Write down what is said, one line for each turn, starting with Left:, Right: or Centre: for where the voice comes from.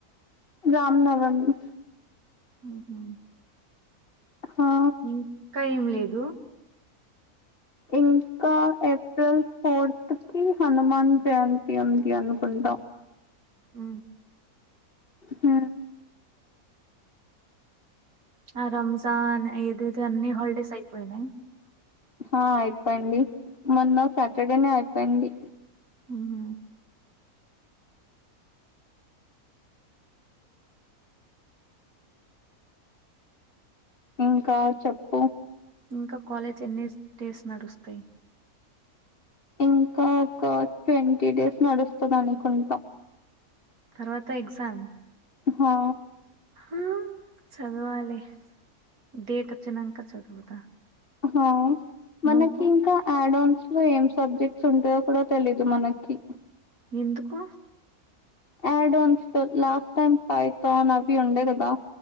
Left: రామ్నవమి
Right: మ్ హు
Left: హా
Right: ఇంకా ఏం లేదు
Left: ఇంకా ఏప్రిల్ ఫోర్త్ న్స్ కి హనుమాన్ జయంతి ఉంది అనుకుంట
Right: ఆ
Left: హ
Right: ఆ రంజాన్ ఏదేదో అన్ని హాలిడేస్ అయిపోయినయ్
Left: హా అయిపోయింది మొన్న సాటర్డే నే అయిపోయింది
Right: మ్ హు
Left: ఇంకా చెప్పు
Right: ఇంకా కాలేజ్ ఎన్నీస్ డేస్ నడుస్తయ్
Left: ఇంకా ఒక ట్వంటీ డేస్ నడుస్తదనుకుంటా
Right: తర్వాత ఎగ్జామ్
Left: హా
Right: ఆ చద్వాలి డేటోచ్చినంకా చదువుతా
Left: అహా మనకింకా
Right: నువ్వు
Left: ఆడన్స్ లో ఏం సబ్జెక్ట్స్ ఉంటయో కూడా తెలీదు మనకి
Right: ఎందుకు
Left: ఆడ్న్స్ లాస్ట్ టైం పైతాన్ అవి ఉండే గదా